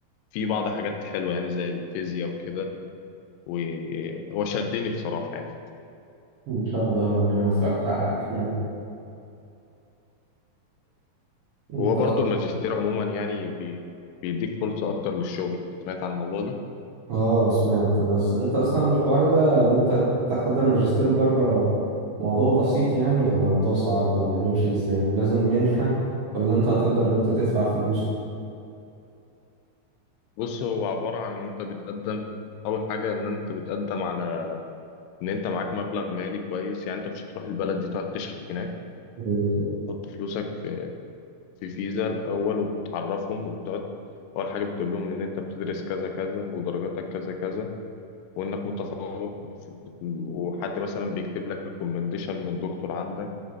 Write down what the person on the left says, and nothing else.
في بعض حاجات حلوه يعني زي الفيزياء وكده وهو شدني بصراحه يعني
وهو برضو الماجستير عموما يعني بي... بيديك فرصه اكتر للشغل سمعت عن الموضوع ده
بص هو عباره عن ان انت بتقدم اول حاجه ان انت بتقدم على ان انت معاك مبلغ مالي كويس يعني انت مش هتروح البلد دي تقعد تشحت هناك
تحط فلوسك في فيزا الأول وبتعرفهم وبتقعد أول حاجة بتقول لهم إن أنت بتدرس كذا كذا ودرجاتك كذا كذا وإنك متفوق في- وحد مثلا بيكتب لك ريكومنديشن من دكتور عندك